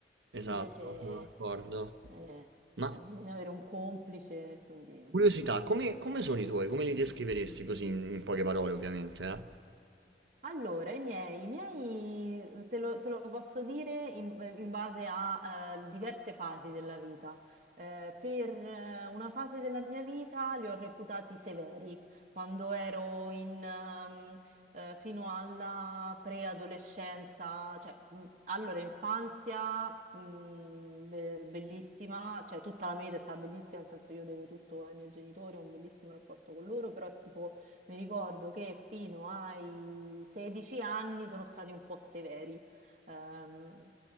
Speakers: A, on the right (about 80°); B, on the right (about 40°).
A: esatto,
B: Invece eh,
A: sono d'accordo.
B: eh,
A: Ma
B: bisogna avere un complice, quindi...
A: curiosità, come, come sono i tuoi? Come li descriveresti così in, in poche parole, ovviamente, eh?
B: Allora, i miei, i miei mhmm, te lo, te lo posso dire in, eh, in base a eh, diverse fasi della vita. Eh, per eh, una fase della mia vita li ho reputati severi, quando ero in, ehm, eh, fino alla preadolescenza, cioè mh, allora infanzia mh, be- bellissima, cioè tutta la mia vita è stata bellissima, nel senso io devo tutto ai miei genitori, ho un bellissimo rapporto con loro, però tipo mi ricordo che fino ai 16 anni sono stati un po' severi. Ehm,